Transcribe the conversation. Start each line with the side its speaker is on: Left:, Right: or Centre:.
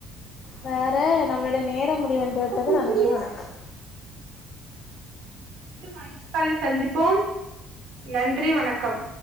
Left: வேற நம்மளோடைய நேரம் முடிவடைந்து
Right: அப்ப
Left: விட்டது
Right: ஃபுட்டுல
Left: நன்றி வணக்கம்
Right: மீண்டும் அடுத்த காலில் சந்திப்போம் நன்றி வணக்கம்